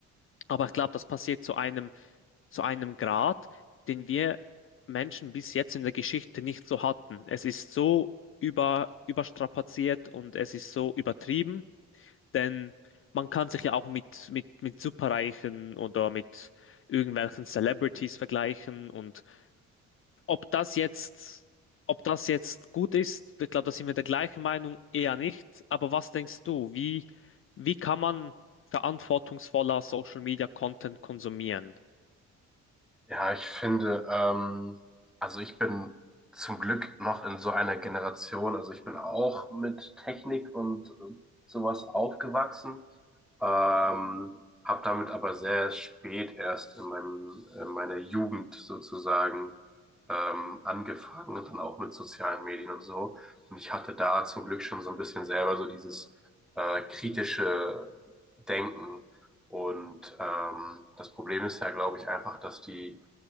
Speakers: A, on the left; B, in the centre.
A: Aber ich glaube, das passiert zu einem zu einem Grad, den wir Menschen bis jetzt in der Geschichte nicht so hatten. Es ist so über, überstrapaziert und es ist so übertrieben, denn man kann sich ja auch mit, mit, mit Superreichen oder mit irgendwelchen Celebrities vergleichen und ob das jetzt, ob das jetzt gut ist, ich glaube, da sind wir der gleichen Meinung, eher nicht. Aber was denkst du, wie, wie kann man verantwortungsvoller Social Media Content konsumieren?
B: Ja, ich finde, ähm, also ich bin zum Glück noch in so einer Generation, also ich bin auch mit Technik und äh, sowas aufgewachsen, ähm, habe damit aber sehr spät erst in meinem, in meiner Jugend sozusagen ähm, angefangen und dann auch mit sozialen Medien und so. Und ich hatte da zum Glück schon so ein bisschen selber so dieses äh, kritische Denken und ähm, das Problem ist ja, glaube ich, einfach, dass die,